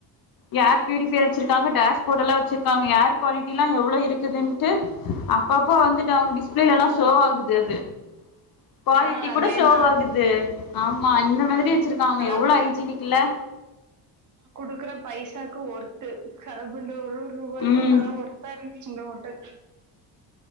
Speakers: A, on the left; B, on the right.
A: யார் பியூரிஃபயர் வெச்சுருக்காங்க டேஷ் போர்டுலா வெச்சிருக்காங்க ஏர் குவாலிட்டிலா எவ்ளோ இருக்குதுன்ட்டு அப்பப்போ வந்துட்டு அவங்க டிஸ்பிளேலா ஷோவ் ஆகுது அது குவாலிட்டி
B: ஆ,
A: கூட
B: அதேதான்
A: ஷோவ் ஆகுது ஆமா அந்த மாதிரி ச்சுருக்காங்க
B: அதான்
A: எவ்ளோ ஹைஜீனிக்லே
B: குடுக்குற பைசாக்கு ஒருத்து செல்வுபனூ ருவாக்கு
A: ம்
B: நல்லா ஒர்த்தா இருந் சின்ன ஓட்டல்